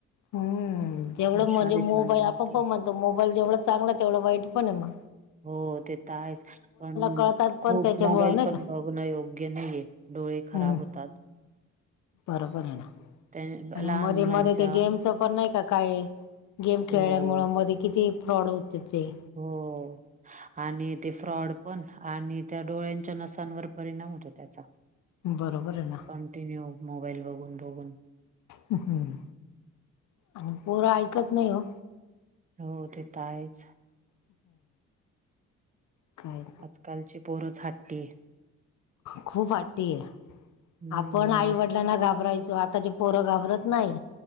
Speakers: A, on the left; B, on the right.
A: हम्म जेवढं
B: हुशार
A: म्हणजे
B: आहेत
A: मोबाईल
B: मुलं
A: आपण
B: आता
A: पण म्हणतो मोबाईल जेवढं चांगला तेवढं वाईट पण आहे म.
B: हो ते तर आहेच पण
A: कळतात पण
B: खूप
A: त्याच्यामुळं
B: मोबाईल
A: नाही
B: पण
A: का
B: बघणं योग्य नाहीये. डोळे खराब
A: हम्म
B: होतात.
A: बरोबर आहे ना.
B: त्या
A: आणि
B: लहान
A: मध्ये
B: मुलांच्या
A: मध्ये ते गेमच पण नाही का काय, गेम खेळल्यामुळ
B: हो
A: मध्ये किती फ्रॉड होत होते.
B: हो आणि ते फ्रॉड पण, आणि त्या डोळ्यांच्या नसांवर परिणाम होतो त्याचा.
A: बरोबर आहे ना.
B: कंटिन्यू मोबाईल बघून बघून.
A: हम्म आणि पोरं ऐकत नाही हो.
B: हो ते तर आहेच.
A: काय
B: आजकालची पोरच हाट्टी आहे.
A: खूप हट्टी आहे.
B: हम्म
A: आपण
B: मनास
A: आईवडिलांना घाबरायचो. आताचे पोरं घाबरत नाही.